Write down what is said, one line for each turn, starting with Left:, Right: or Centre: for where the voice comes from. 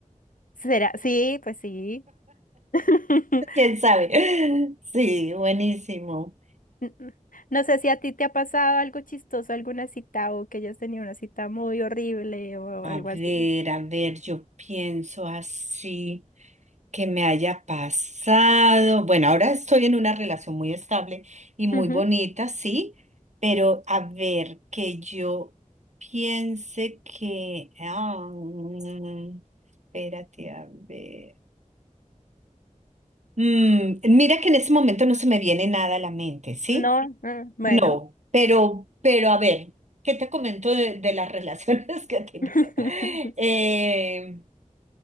Left: ¿Será? Sí, pues sí. <laughs>
Right: <laughs> ¿Quién sabe? Sí, buenísimo.
Left: N- No sé si a ti te ha pasado algo chistoso, alguna cita o que hayas tenido una cita muy horrible o
Right: A
Left: algo
Right: ver,
Left: así.
Right: a ver, yo pienso así. que me haya pasado. Bueno, ahora estoy en una relación muy estable y muy
Left: Ujú.
Right: bonita, sí, pero a ver, que yo piense que... ah, mm, espérate, a ver. Mm, mira que en este momento no se me viene nada a la mente, ¿sí?
Left: No, mm, bueno.
Right: No, pero, pero a ver, ¿qué te comento de, de las relaciones <laughs> que he tenido?
Left: <laughs>
Right: Eh,